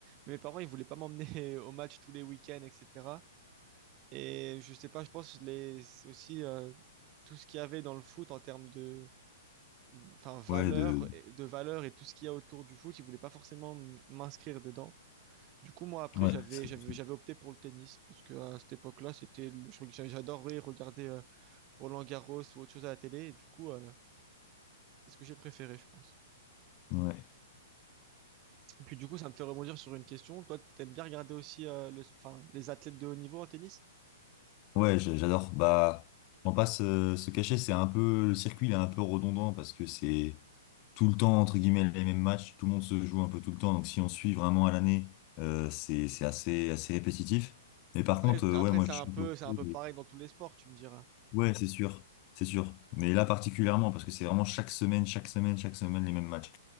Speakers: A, on the right; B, on the left.
A: mais mes parents, ils voulaient pas m'emmener <laughs> au match tous les week-ends, etc. Et je sais pas, je pense les aussi euh, tout ce qu'il y avait dans le foot en termes de enfin valeur,
B: Ouais, de,
A: de valeur et tout ce qu'il y a autour du foot, ils voulaient pas forcément m- m'inscrire dedans. Du coup, moi, après,
B: ouais,
A: j'avais,
B: ça
A: j'avais,
B: peut-
A: j'avais opté pour le tennis parce que à cette époque-là, c'était, le- je- reg- j'a- j'adorais regarder euh, Roland Garros ou autre chose à la télé. Et du coup, euh, c'est ce que j'ai préféré, je pense.
B: Ouais.
A: Et puis, du coup, ça me fait rebondir sur une question. Toi, t'aimes bien regarder aussi euh, le, enfin, les athlètes de haut niveau en tennis?
B: Ouais, j'a- j'adore. Bah, on passe euh, se cacher, c'est un peu le circuit, il est un peu redondant parce que c'est tout le temps entre guillemets les mêmes matchs, tout le monde se joue un peu tout le temps. Donc si on suit vraiment à l'année, euh, c'est c'est assez assez répétitif. Mais par
A: Après,
B: contre, euh,
A: après,
B: ouais, moi
A: c'est
B: je
A: un
B: suis
A: peu,
B: surpris.
A: c'est un peu pareil dans tous les sports, tu me diras.
B: Ouais, c'est sûr, c'est sûr. Mais là particulièrement parce que c'est vraiment chaque semaine, chaque semaine, chaque semaine les mêmes matchs.